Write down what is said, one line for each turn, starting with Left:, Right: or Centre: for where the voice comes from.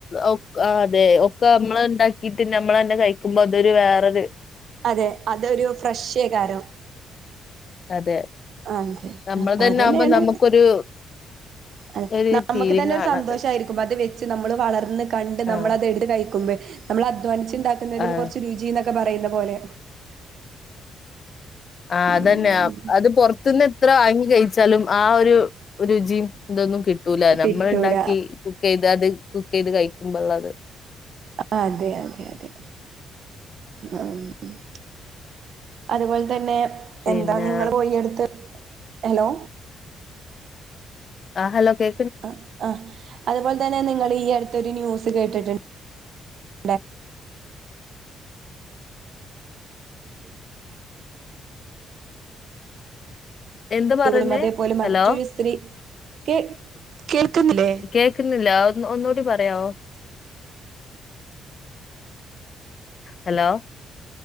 Left: ഒക് ആഹ് അതെ ഒക്കെ മ്മള് ഇണ്ടാക്കീട്ട് നമ്മളെന്നെ കഴിക്കുമ്പൊ അതൊരു വേറൊര്
Right: അതെ അതൊരു ഫ്രഷേയ്കാരം
Left: അതെ
Right: ആഹ് ന്നെ
Left: നമ്മൾ
Right: അപ്പൊ
Left: തന്നെ
Right: അതെന്നേണ്
Left: ആകുമ്പോ നമുക്കൊരു
Right: അതെ
Left: ഒരു
Right: നമ്മക്ക്
Left: ഫീലിംഗ്
Right: തന്നെ ഒരു
Left: ആണത്
Right: സന്തോഷായിരി അത് വെച്ച് നമ്മള് വളർന്ന് കണ്ട് നമ്മള്
Left: ആഹ്
Right: ക്കും അത് വെച്ച് നമ്മള് വളർന്ന് കണ്ട് നമ്മളത് എട്ത്ത് കഴിക്കുമ്പഴ് നമ്മള് അധ്വാനിച്ച് ഇണ്ടാക്ക്ന്നതിന്
Left: ആഹ്
Right: കൊർച്ച് രു ചി ന്നൊക്കെ പറയുന്ന പോലെ
Left: ആഹ്
Right: ഉം
Left: അതന്നെയാ അത് പൊർത്ത്ന്ന് എത്ര വാങ്ങി കഴിച്ചാലും ആ ഒരു ഒരു രുചിം ഇതൊന്നും കി കിട്ടൂല ഞമ്മള്
Right: കിട്ടൂല
Left: ഇണ്ടാക്കി കുക്കെ യ്തഅത് കുക്ക് ചെയ്ത് കഴിക്കുമ്പൊള്ളത്
Right: ആഹ് അതെ അതെ അതെ ആഹ്. അതുപോലെ തന്നെ
Left: പിന്നെ
Right: എന്താ നിങ്ങള് പോയിട്ത്ത് ഹലോ
Left: ആഹ് ഹലോ കേ
Right: അഹ് ആഹ് അതുപോലെ തന്നെ നിങ്ങള് ഈ അടുത്തൊരു ന്യൂസ് കേട്ടിട്ടു <unintelligible> <unintelligible>
Left: എന്ത് പറഞ്ഞേ
Right: ട്ടുകളും അതേപോലെ മറ്റൊരു
Left: ഹലോ
Right: സ്ത്രീ കേ കേൾക്കുന്നില്ലേ?
Left: കേക്കുന്നില്ല ഒന്ന് ഒന്നുകൂടി പറയാവൊ. ഹലോ